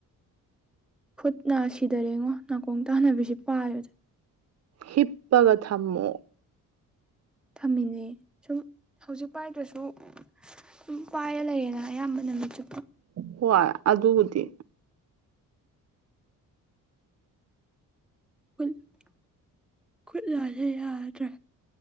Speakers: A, in the centre; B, on the right (about 50°).
A: ꯈꯨꯠꯅ ꯁꯤꯗꯔꯦꯉꯣ ꯅꯥꯀꯣꯡ ꯇꯥꯅꯕꯤꯁꯦ ꯄꯥꯏꯕꯗ
B: ꯍꯤꯞꯄꯒ ꯊꯝꯃꯣ
A: ꯊꯝꯃꯤꯅꯦ ꯁꯨꯝ ꯍꯧꯖꯤꯛ ꯄꯥꯏꯗ꯭ꯔꯁꯨ <unintelligible> ꯄꯥꯏꯔ ꯂꯩꯔꯦꯅ ꯑꯌꯥꯝꯕ ꯅꯨꯃꯤꯠ ꯆꯨꯞꯄ
B: ꯍꯣꯏ ꯑꯗꯨꯕꯨꯗꯤ
A: <unintelligible> ꯈꯨꯠ ꯂꯥꯜꯂꯦ ꯌꯥꯗ꯭ꯔꯦ